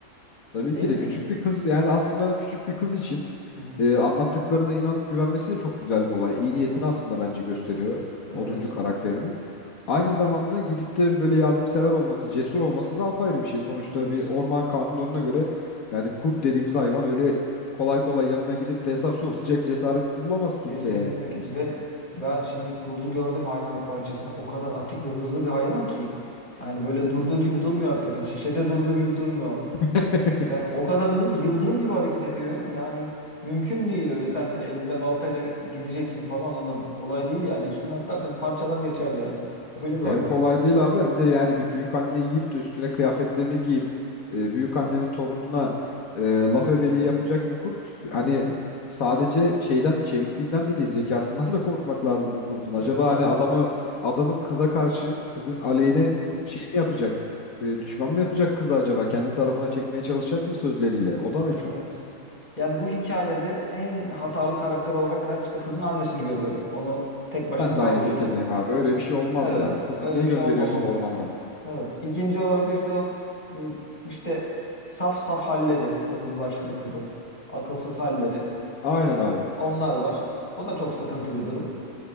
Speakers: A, on the left; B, on the left.
A: Tabii
B: Değil
A: ki de
B: mi?
A: küçük bir kız yani aslında küçük bir kız için
B: Hı hı.
A: e, anlattıklarına inanıp güvenmesi de çok güzel bir olay. İyi niyetini aslında bence gösteriyor
B: Evet.
A: Oduncu karakterinin. Aynı zamanda gidip de böyle yardımsever olması, cesur olması da apayrı bir şey. Sonuçta
B: Evet.
A: bir orman kanunlarına göre yani kurt dediğimiz hayvan öyle kolay kolay yanına gidip de hesap sorulacak cesaret bulamaz
B: Kesinlikle
A: kimseye yani.
B: kes. Ve ben şimdi kurdu gördüm hayvanat bahçesinde. O kadar atik ve hızlı bir hayvan ki. Yani böyle durduğu gibi durmuyor hakikaten. Şişede durduğu gibi durmuyor.
A: <laughs>
B: Yani o kadar hızlı ki yıldırım gibi hareket ediyor. Yani mümkün değil öyle sen şimdi elinde baltayla gideceksin falan onu. Kolay değil yani. Üstüne atlar seni parçalar geçer yani. Öyle bir
A: Hem
B: hayvan.
A: kolay değil abi hem de yani bir büyük anne yiyip de üstüne kıyafetlerini giyip e, büyük annenin torununa e, laf ebeliği yapacak bir kurt. Hani
B: Hı hı.
A: sadece şeyden çevikliğinden de değil zekasından da korkmak lazım bu kurdun. Acaba
B: Evet evet.
A: hani adamı adamı kıza karşı kızın aleyhine
B: Hı hı.
A: şey mi yapacak? E, düşman mı yapacak kızı acaba? Kendi tarafına çekmeye çalışacak mı sözleriyle? O da meçhul.
B: Evet. Yani bu hikayede en hatalı karakter olarak ben işte kızın annesini görüyorum. Onu tek başına
A: Ben
B: saldığı
A: de aynı fikirdeyim
B: için.
A: abi. Öyle bir şey olmaz
B: Evet.
A: ya. Kuzu
B: Öyle
A: niye
B: bir
A: gönderiyorsun
B: şey olmamalı.
A: ormandan?
B: Evet. İkinci olarak da işte o ıı, işte saf saf halleri kırmızı başlıklı kızın akılsız halleri
A: Aynen
B: yani
A: abi.
B: onlar var. O da çok sıkıntı bir durum.